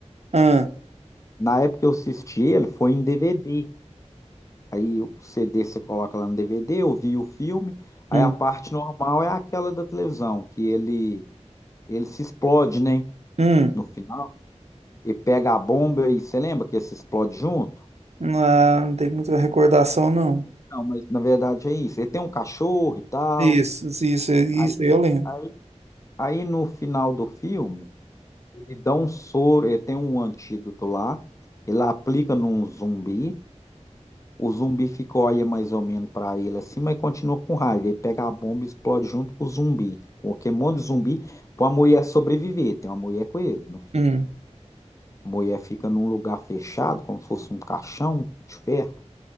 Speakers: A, on the right; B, on the left.
A: Ah,
B: Na época que eu assisti ele, foi em DVD. Aí o CD você coloca lá no DVD, ouvir o filme. Aí
A: hum,
B: a parte normal é aquela da televisão, que ele ele se explode, né?
A: hum.
B: No final, e pega a bomba e você lembra que ele se explode junto?
A: Ah, não tem muita recordação, não.
B: Não, mas na verdade é isso. Ele tem um cachorro e tal.
A: Isso, isso, isso,
B: Aí,
A: aí eu lembro.
B: aí, aí no final do filme, ele dá um soro, ele tem um antídoto lá, ele aplica num zumbi O zumbi ficou olha mais ou menos pra ele assim, mas continua com raiva. Ele pega a bomba e explode junto com o zumbi. Porque um monte de zumbi, pra mulher sobreviver. Tem uma mulher com ele no filme.
A: Hum.
B: A mulher fica num lugar fechado, como se fosse um caixão de ferro.